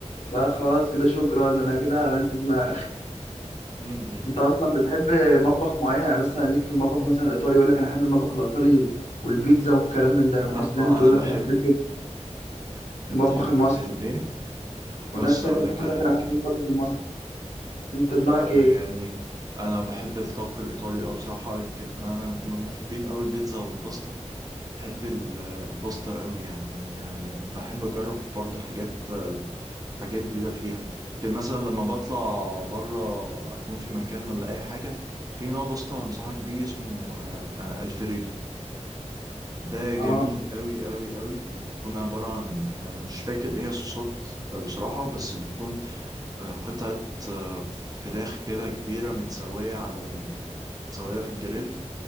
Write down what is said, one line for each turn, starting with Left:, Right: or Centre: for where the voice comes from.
Left: بقى خلاص كده شكرا انا كده عملت دماغ
Right: امم
Left: انت اصلا بتحب مطبخ معين يعني مثلا ليك في المطبخ مثلا الايطالي يقول لك انا احب المطبخ الايطالي والبيتزا والكلام من ده
Right: آه،
Left: وناس تانية تقول
Right: انا بحب
Left: لك انا احب
Right: بتحب
Left: المطبخ المصري
Right: الايه بص
Left: وناس تانية
Right: اقول
Left: تقول
Right: لك على
Left: لك
Right: حاجة
Left: انا احب المطبخ المصري انت دماغك
Right: لا
Left: ايه
Right: يعني انا بحب الطبخ الايطالي اه بصراحة يمكن انا من محبين قوي البيتزا والباستا بحب ال- الباستا قوي يعني آه، بحب اجرب برضو حاجات حاجات جديده فيها لكن مثلا لما بطلع بره اكون في مكان ولا اي حاجه في نوع باستا هنصحك بيه اسمه آه، آه، الفريدو ده جميل
Left: اه
Right: قوي قوي قوي بتكون عباره عن آه، مش فاكر ايه هي الصوصات آه، بصراحه بس بتكون آه، قطعه آه، فراخ كده كبيره متسويه على متسويه في الجريل